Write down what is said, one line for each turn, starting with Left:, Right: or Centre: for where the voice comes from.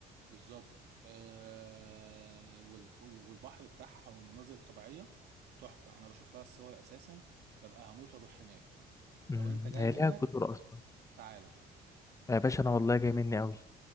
Right: بالظبط آه والخ- والبحر بتاعها والمناظر الطبيعية تحفة أنا بشوف لها الصور أساسا ببقى هموت وأروح هناك
Left: مم،
Right: لو أنت جاي
Left: هي
Right: منك
Left: ليها جزر أصلا
Right: تعالى
Left: يا باشا أنا والله جاي مني أوي